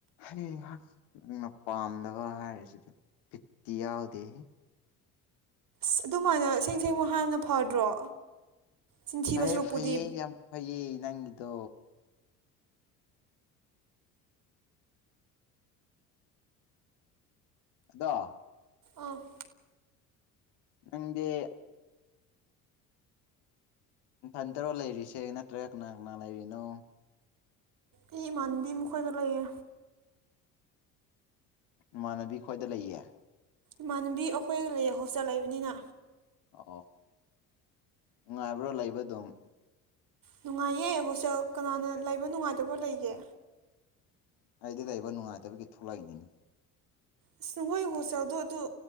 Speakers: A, on the left (about 60°); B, on the right (about 45°).
A: ꯑꯩ ꯑꯩꯍꯥꯛꯅ ꯄꯥꯝꯗꯕ ꯍꯥꯏꯔꯤꯁꯤꯗꯤ ꯐꯤꯠꯇꯤ ꯌꯥꯎꯗꯦ
B: ꯑ ꯑꯗꯨꯃꯥꯏꯅ ꯁꯦꯡ ꯁꯦꯡꯃ ꯍꯥꯞꯅ ꯐꯗ꯭ꯔꯣ ꯆꯤꯟꯊꯤꯕ
A: ꯐꯩꯌꯦ
B: ꯁꯨꯔꯨꯛꯄꯨꯗꯤ
A: ꯐꯩꯌꯦ ꯌꯥꯝ ꯐꯩꯌꯦ ꯅꯪꯒꯤꯗꯣ ꯑꯗ
B: ꯑꯣꯐ
A: ꯅꯪꯦ ꯐꯟ ꯇꯔꯣ ꯂꯩꯔꯤꯁꯦ ꯅꯠꯇ꯭ꯔꯒ ꯀꯅꯥ ꯀꯅꯥ ꯂꯩꯔꯤꯅꯣ
B: ꯑꯩ ꯏꯃꯥꯟꯅꯕꯤ ꯃꯈꯣꯏꯗ ꯂꯩꯌꯦ
A: ꯏꯃꯥꯟꯅꯕꯤ ꯈꯣꯏꯗ ꯂꯩꯌꯦ
B: ꯏꯃꯥꯟꯅꯕꯤ ꯑꯩꯈꯣꯏꯒ ꯂꯩꯌꯦ ꯍꯣꯁꯇꯦꯜ ꯂꯩꯕꯅꯤꯅ
A: ꯑꯣ ꯅꯨꯡꯉꯥꯏꯕ꯭ꯔꯣ ꯂꯩꯕ ꯑꯗꯨꯝ
B: ꯅꯨꯡꯉꯥꯏꯌꯦ ꯍꯣꯁꯇꯦꯜ ꯀꯅꯥꯅ ꯂꯩꯕ ꯅꯨꯡꯉꯥꯏꯇꯕ ꯂꯩꯒꯦ
A: ꯑꯩꯗꯤ ꯂꯩꯕ ꯅꯨꯡꯉꯥꯏꯇꯕꯒꯤ ꯊꯣꯛꯂꯛꯏꯅꯤꯅ
B: ꯑꯁ ꯅꯍꯣꯏ ꯍꯣꯁꯇ꯭ꯦꯜ ꯑꯗꯨ